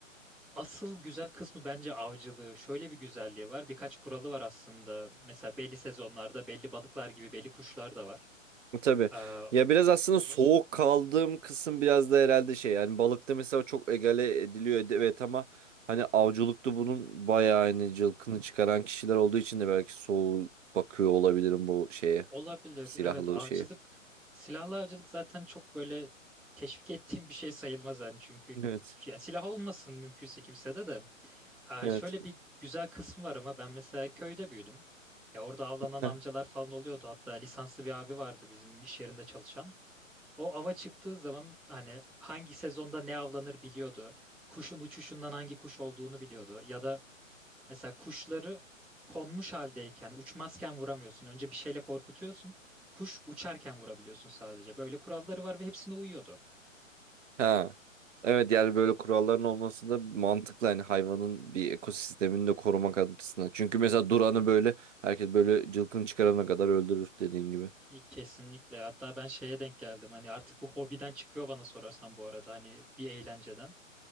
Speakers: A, in the centre; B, on the right (about 65°).
A: asıl güzel kısmı bence avcılığı. Şöyle bir güzelliği var. Birkaç kuralı var aslında. Mesela belli sezonlarda belli balıklar gibi belli kuşlar da var.
B: Tabii.
A: Aa,
B: Ya biraz aslında
A: onun
B: soğuk kaldığım kısım biraz da herhalde şey yani balıkta mesela çok egale ediliyor ed- evet ama hani avcılıkta bunun bayağı hani cılkını çıkaran kişiler olduğu için de belki soğuk bakıyor olabilirim bu şeye
A: Olabilir.
B: silahlı
A: Evet, avcılık,
B: şeye.
A: silahlı avcılık zaten çok böyle teşvik ettiğim bir şey sayılmaz yani çünkü
B: Evet.
A: yani silah olmasın mümkünse kimse de de. Aa,
B: Evet.
A: şöyle bir güzel kısmı var ama ben mesela köyde büyüdüm. Ya orada avlanan
B: Heh.
A: amcalar falan oluyordu. Hatta lisanslı bir abi vardı bizim iş yerinde çalışan. O ava çıktığı zaman hani hangi sezonda ne avlanır biliyordu. Kuşun uçuşundan hangi kuş olduğunu biliyordu. Ya da Mesela kuşları konmuş haldeyken, uçmazken vuramıyorsun. Önce bir şeyle korkutuyorsun. Kuş uçarken vurabiliyorsun sadece. Böyle kuralları var ve hepsine uyuyordu.
B: Ha. Evet yani böyle kuralların olması da mantıklı hani hayvanın bir ekosistemini de korumak açısından. Çünkü mesela duranı böyle herkes böyle cılkını çıkarana kadar öldürür dediğin gibi.
A: İyi, Kesinlikle. Hatta ben şeye denk geldim. Hani artık bu hobiden çıkıyor bana sorarsan bu arada. Hani bir eğlenceden.